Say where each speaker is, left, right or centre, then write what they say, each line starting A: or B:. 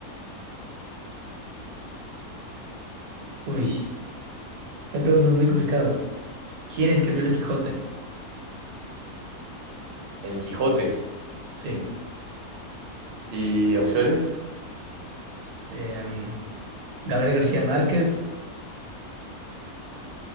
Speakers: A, on the right; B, on the right.
A: uy, hay preguntas muy complicadas. ¿Quién escribió El Quijote?
B: El Quijote
A: Sí.
B: y opciones.
A: em, Gabriel García Márquez,